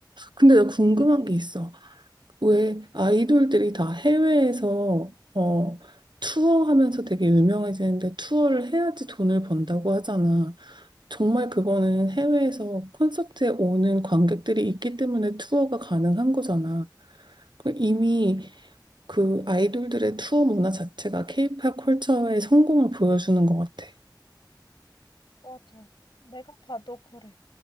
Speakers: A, on the right; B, on the left.
A: 근데 나 궁금한 게 있어. 왜 아이돌들이 다 해외에서 어, 투어하면서 되게 유명해지는데 투어를 해야지 돈을 번다고 하잖아. 정말 그거는 해외에서 콘서트에 오는 관객들이 있기 때문에 투어가 가능한 거잖아. 그 이미 그 아이돌들의 투어 문화 자체가 케이팝 컬처의 성공을 보여주는 것 같아.
B: 맞아. 내가 봐도 그래.